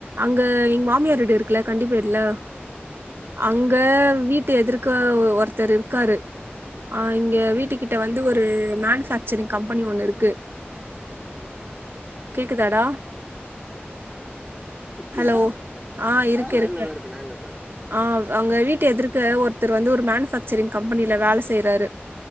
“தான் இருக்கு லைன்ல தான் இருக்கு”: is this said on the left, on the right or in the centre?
Centre